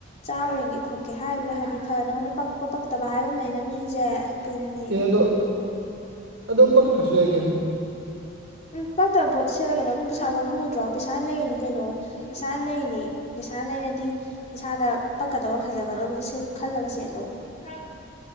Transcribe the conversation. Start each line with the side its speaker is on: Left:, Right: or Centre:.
Left: ꯆꯥꯕꯦꯟꯒꯦ ꯈꯣꯠꯀꯦ ꯍꯥꯏꯔꯗꯤꯦ ꯍꯥꯏꯗꯤ ꯐ ꯅꯪꯉꯣꯟꯗ ꯄꯛꯄ ꯐꯠꯇꯕ ꯍꯥꯏꯕ ꯑꯃ ꯂꯩꯅ ꯃꯤꯁꯦ ꯇꯅꯦ
Right: ꯑꯦ ꯑꯗꯣ ꯑꯗꯣ ꯄꯛꯇ꯭ꯔꯁꯨ ꯌꯥꯏ ꯀꯩꯅꯣ
Left: ꯎꯝ ꯄꯥꯛꯇꯕ ꯄꯣꯠꯇ ꯁꯦꯠꯛꯀꯗꯧ ꯅ ꯄꯩꯁꯥ ꯐꯝꯃꯨꯗ꯭ꯔꯣ ꯄꯩꯁꯥꯅ ꯂꯩꯔꯤꯅꯤ ꯀꯩꯅꯣ ꯄꯩꯁꯥ ꯂꯩꯅꯦ ꯄꯩꯁꯥ ꯂꯩꯔꯗꯤ ꯄꯥꯗ ꯄꯛꯀꯗꯕ ꯐꯖꯒꯗꯕꯗ ꯈꯜꯂꯒ ꯁꯦꯠꯂꯣ ꯍ ꯆ